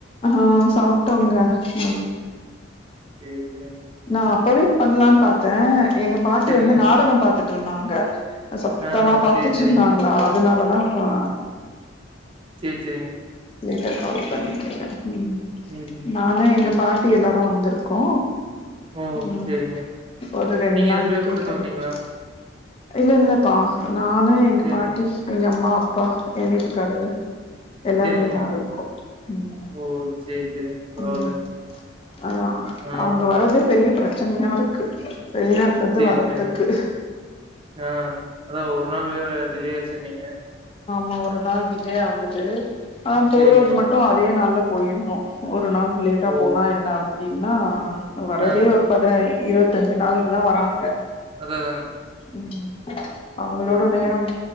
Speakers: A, on the left; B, on the right.
A: ஆ சாப்ட்டோங்க ம்
B: சேரி சேரிங்
A: நா அப்பவே பண்லான்னு பாத்தே எங்க பாட்டி
B: செரிங்க
A: வந்து நாடகோ பாத்துட்ருந்தாங் அங்க ஆ சத்தமா
B: ஆஹா
A: பாத்துட்
B: சேரி சேரிங்க
A: இருந்தாங்களா அதனால அதாங்க்கா
B: சேரி சேரிங்
A: நீதா கால் பண்ணிட் ம்
B: ம்ஹும்
A: நானு
B: சேரி
A: எங்க பாட்டி
B: சேரி
A: எல்லாரு வந்துருக் கோ
B: ஓ
A: ம்
B: சேரிங்க
A: ஒரு ரெண்டு
B: நீங்க
A: நாள் இங்கயே
B: பேர் மட்டுந்தா
A: தங்கிட்டு
B: வந்தீங்களா?
A: இல்ல இல்லப்பா நானு எங்க
B: சேரி
A: பாட்டி எங்க அம்மா ப்பா எ வீட்டுக்காரரு எல்லாருமே
B: சேரிங்க
A: இதா இருக்கு ம்
B: ஓ சேரி சேரிங்க பரவால்லைங்க
A: ம் அதா
B: ஆ
A: அவங்க வர்றதே பெரிய பிரச்சனையா இருக்கு வெளிநாட்டுல இருந்து
B: சேரி
A: வர்றதுக்கு
B: சேரிங் ஆ அதா ஒரு நாள் வேற டிலே ஆச் சுன்னீங்க
A: மா ஒரு நாள் டிலே ஆகுது அதாம் போர்றதுக்கு
B: சேரிங்க
A: மட்டு அதே நாள்ல போயிருனு ஒரு நாள் லேட்டா
B: ஓ
A: போனா என்னாம் அப்டின்னா வர்றதே
B: ஆ
A: ஒரு பதினய் இருவத்தஞ்சு நாளுக் க்குதா வராங்க
B: அதா அதாங்க
A: ம் அவங்களோட
B: புரியுது புரியுது
A: நேரம்